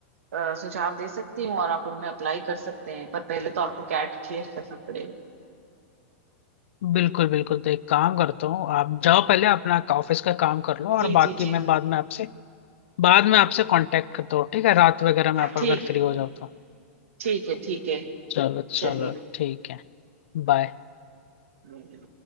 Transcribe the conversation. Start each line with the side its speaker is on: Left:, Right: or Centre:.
Right: अ, सुझाव दे सकती हूँ और आप उनमें अप्लाई कर सकते हैं पर पहले तो आपको कैट क्लियर करना पड़ेगा
Left: बिल्कुल बिल्कुल तो एक काम करता हूँ आप जाओ पहले अपना ऑफिस का काम कर लो और
Right: जी
Left: बाकी
Right: जी जी
Left: मैं बाद में आपसे बाद में आपसे
Right: अच्छा
Left: कांटेक्ट करता हूँ ठीक है रात वगैरह में आप
Right: ठीक
Left: अगर
Right: है
Left: फ्री हो जाओ तो
Right: ठीक है ठीक है
Left: चलो
Right: चलिए
Left: चलो ठीक है बाय
Right: ओके